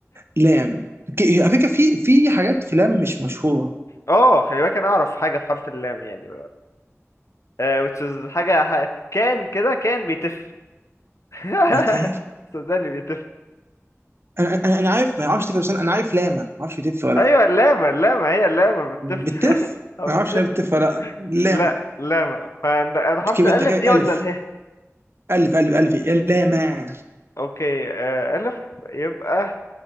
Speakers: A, on the right; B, on the left.
A: لام ك- على فكرة في في حاجات في لام مش مشهورة
B: اه خلي بالك انا اعرف حاجه في حرف اللام يعني آه، which is حاجه ح... كان كده كان بيتف <laughs>
A: بتف
B: صدقني بيتف
A: أنا أنا أنا عارف ما أعرفش تف بس أنا أنا عارف لاما ما أعرفش بتف ولا لأ
B: ايوه اللامه اللامه هي اللامه بتف
A: بتف
B: <laughs> او
A: ما أعرفش
B: بتف
A: هي بتف ولا لأ لاما
B: لا لامه فانا حرف
A: كبرتها
B: الالف
A: كده
B: دي ولا
A: ألف
B: اله
A: ألف ألف ألف إيه؟ لاما
B: اوكي آه، الف يبقى